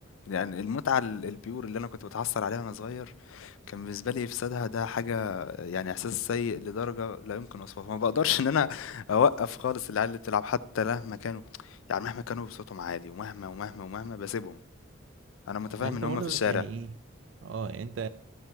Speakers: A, on the left; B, on the right.
A: يعني المتعه ال- البيور اللي انا كنت بتحصل عليها وانا صغير كان بالنسبه لي افسادها ده حاجه يعني احساس سيء لدرجه لا يمكن وصفها ما بقدرش ان انا اوقف خالص العيال اللي بتلعب حتى مهما كانوا يعني مهما كانوا بصوتهم عالي ومهما ومهما ومهما بسيبهم انا متفاهم
B: انت
A: ان هم
B: برضك
A: في الشارع
B: يعني ايه اه انت